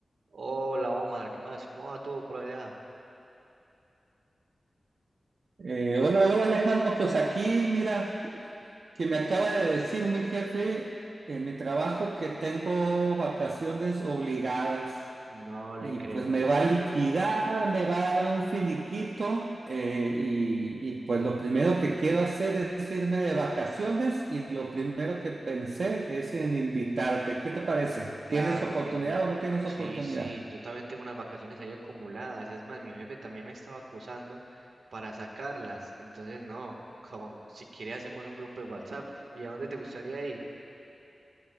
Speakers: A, on the right (about 85°); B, on the right (about 65°).
A: Hola Omar, ¿qué más? ¿Cómo va todo por allá?
B: Eh, hola, hola Alejandro, pues aquí mira que me acaba de decir mi jefe en mi trabajo que tengo vacaciones obligadas
A: No
B: y
A: le creo.
B: pues me va a liquidar, me va a dar un finiquito eh, y, y pues lo primero que quiero hacer es irme de vacaciones y lo primero que pensé es en invitarte. ¿Qué te parece?
A: Claro
B: ¿Tienes oportunidad
A: que sí.
B: o no tienes
A: Sí,
B: oportunidad?
A: sí, yo también tengo unas vacaciones ahí acumuladas. Es más, mi jefe también me estaba acusando para sacarlas. Entonces, no, como- si quiere hacemos un grupo de WhatsApp. ¿Y a dónde te gustaría ir?